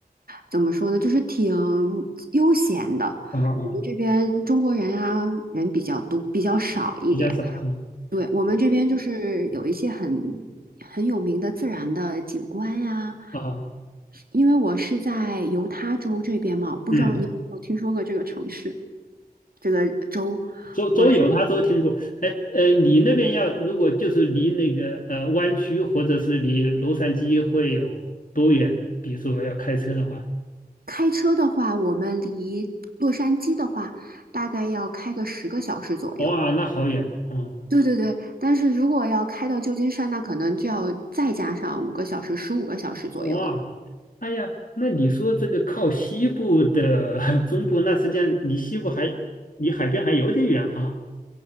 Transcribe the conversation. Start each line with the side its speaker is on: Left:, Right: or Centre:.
Right: 怎么说呢，就是挺悠闲的。
Left: 啊啊，
Right: 我们这边中国人啊，人比较多，比较少一点。
Left: 比较少啊
Right: 对，我们这边就是有一些很很有名的自然的景观呀，
Left: 啊
Right: 因为我是在犹他州这边嘛，不知道你有没有听说过这个城市，
Left: 嗯，
Right: 这个州。
Left: 周周游他都听过。
Right: 我是
Left: 哎呃，你那边要如果就是离那个呃湾区或者是离洛杉矶会有多远？比如说要开车的话，
Right: 开车的话，我们离洛杉矶的话，大概要开个十个小时左右。
Left: 哇，那好远了哦，
Right: 对嗯对对，但是如果要开到旧金山，那可能就要再加上五个小时，十五个小时左右了。
Left: 哇，哎呀，那你说这个靠西部的 <laughs> 中部，那实际上离西部还离海边还有点远哈